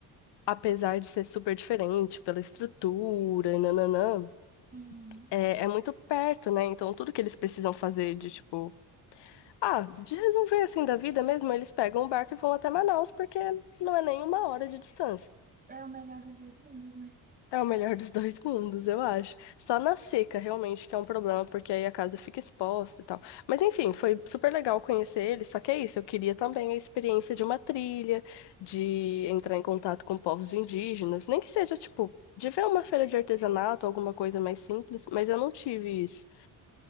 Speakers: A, on the left (about 60°); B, on the right (about 20°).
A: apesar de ser super diferente pela estrutura e nananã,
B: Hum,
A: é, é muito perto, né? Então, tudo que eles precisam fazer de, tipo, Ah, de resolver assim da vida mesmo, eles pegam o barco e vão até Manaus, porque não é nem uma hora de distância.
B: é o melhor dos dois mundos, né?
A: É o melhor <laughs> dos dois mundos, eu acho. Só na seca, realmente, que é um problema, porque aí a casa fica exposta e tal. Mas enfim, foi super legal conhecer eles, só que é isso, eu queria também a experiência de uma trilha, de entrar em contato com povos indígenas, nem que seja, tipo, de ver uma feira de artesanato, alguma coisa mais simples, mas eu não tive isso.